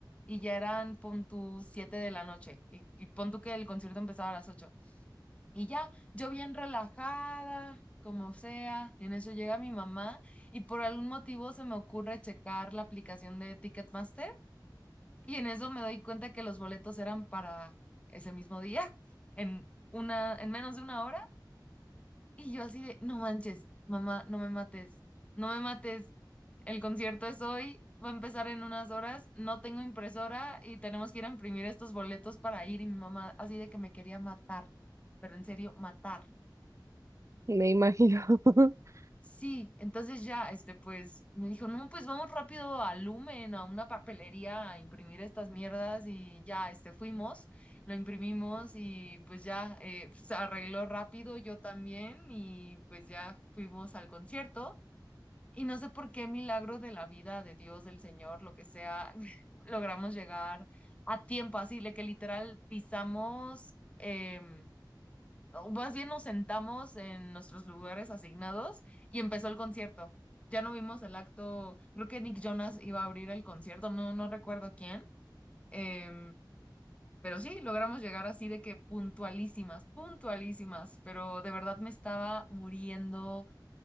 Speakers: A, on the left; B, on the right.
A: y ya eran pon tú siete de la noche y, y pon tú que el concierto empezaba a las ocho. Y ya, yo bien relajada, como sea, en eso llega mi mamá y por algún motivo se me ocurre checar la aplicación de Ticketmaster y en eso me doy cuenta que los boletos eran para ese mismo día, <laughs> en una, en menos de una hora, y yo así de, no manches, mamá, no me mates, no me mates, el concierto es hoy, va a empezar en unas horas, no tengo impresora y tenemos que ir a imprimir estos boletos para ir y mi mamá así de que me quería matar, pero en serio, matar.
B: Me imagino, <laughs>
A: Sí, entonces ya, este, pues, me dijo, no, pues vamos rápido a Lumen, a una papelería, a imprimir estas mierdas y ya, este, fuimos, lo imprimimos y pues ya, eh, <laughs> se arregló rápido, yo también y pues ya fuimos al concierto y no sé por qué milagro de la vida, de Dios, del Señor, lo que sea, <laughs> logramos llegar a tiempo, así, de que literal pisamos, em, o más bien nos sentamos en nuestros lugares asignados y empezó el concierto. Ya no vimos el acto, creo que Nick Jonas iba a abrir el concierto, no, no recuerdo quién, em, pero sí, logramos llegar así de que puntualísimas, puntualísimas, pero de verdad me estaba muriendo